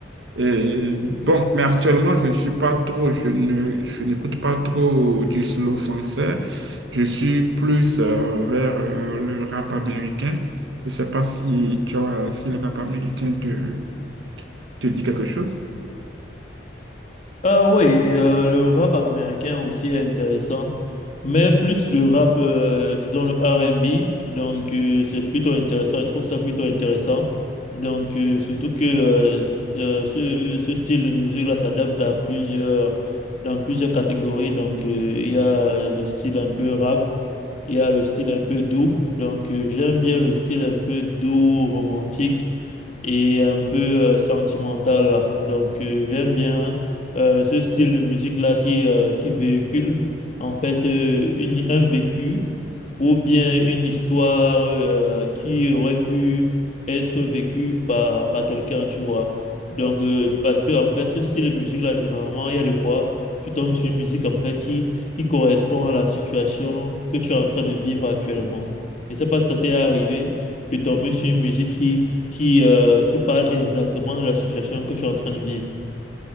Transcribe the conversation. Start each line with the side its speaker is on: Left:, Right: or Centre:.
Right: Et bon, mais actuellement, je ne suis pas trop, je ne, je n'écoute pas trop du slow français. Je suis plus euh, vers euh, le rap américain. Je ne sais pas si tu as, si le rap américain te, te dit quelque chose.
Left: Ah oui, euh, le rap américain aussi est intéressant, mais plus le rap, euh, disons le R&B, donc euh, c'est plutôt intéressant, je trouve ça plutôt intéressant. Donc euh, surtout que euh, euh, ce, ce style de musique-là s'adapte à plusieurs, dans plusieurs catégories, donc euh, il y a le style un peu rap, il y a le style un peu doux, donc euh, j'aime bien le style un peu doux, romantique et un peu euh, sentimentale. Donc, euh, j'aime bien euh, ce style de musique-là qui, euh, qui véhicule en fait euh, une- un vécu ou bien une histoire euh, qui aurait pu être vécue par, par quelqu'un, tu vois. Donc, euh, parce que en fait, ce style de musique-là, généralement, il y a des fois, tu tombes sur une musique en fait qui, qui correspond à la situation que tu es en train de vivre actuellement. Je ne sais pas si ça t'est arrivé de tomber sur une musique qui, qui, euh, qui parle exactement de la situation que tu es en train de vivre.